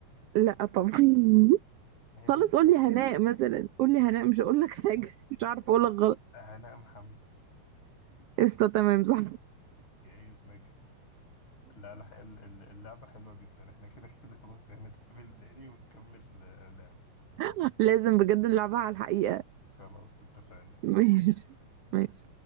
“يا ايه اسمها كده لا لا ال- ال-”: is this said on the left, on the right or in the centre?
Left